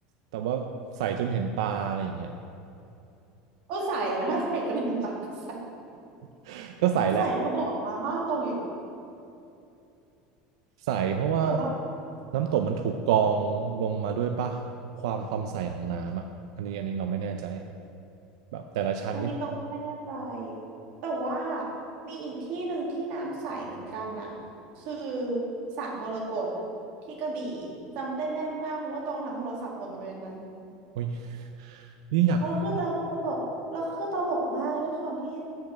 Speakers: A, on the right; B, on the right.
A: แต่ว่าใสจนเห็นปลาอะไรอย่างเงี้ย
B: โอ้ใส่นะ <laughs> ใส่จนเห็นปากก็ใส่
A: <laughs> ก็ใสแหละ
B: ใส่ก็บอกมาบ้านตรงอีก
A: ใสเพราะว่า
B: แต่ว่า
A: น้ำตกมันถูกกรองลงมาด้วยป่ะความความใสของน้ำอ่ะอันนี้อันนี้เราไม่แน่ใจแบบแต่ละชั้นนี่
B: อันนี้ตรงก็ไม่แน่ใจแต่ว่ามีอีกที่หนึ่งที่น้ำใสเหมือนกันน่ะคือสระมรกตที่กระบี่จำได้แม่นมากเพราะว่าตรงทำโทรศัพท์หล่นลงไปในนั้น
A: โอ้ยนี่อยากฟัง
B: แล้วคือตลกแล้วคือตลกมากด้วยความที่